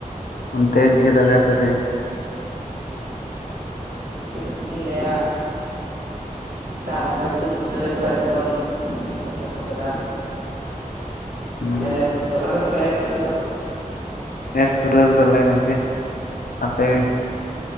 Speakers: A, on the left; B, on the right.
A: ᱚᱱᱛᱮ ᱪᱤᱠᱟᱹ ᱫᱟᱫᱟᱭ ᱟᱯᱮ ᱥᱮ?
B: ᱱᱚᱱᱛᱮ ᱫᱚ ᱪᱮᱫ ᱤᱧ ᱞᱟᱹᱭᱟ᱾ ᱛᱟ ᱯᱮ ᱯᱩᱱ ᱫᱩᱱ ᱫᱷᱟᱨᱮ ᱠᱷᱚᱱ ᱮᱠᱫᱚᱢᱟᱹ ᱡᱟ <unintelligible> ᱫᱚᱦᱚ ᱠᱟᱫᱟ,
A: ᱦᱩᱸ
B: ᱛᱟᱞᱦᱮ ᱛᱚᱞᱟ ᱠᱚᱫᱚ ᱯᱮ ᱮᱨ ᱠᱮᱫᱟ ᱥᱮ ᱵᱟᱝ?
A: ᱮᱨ ᱯᱩᱨᱟᱹᱣ ᱠᱟᱫᱟᱞᱮ ᱜᱚᱢᱠᱮ᱾ ᱟᱯᱮ ᱜᱮ?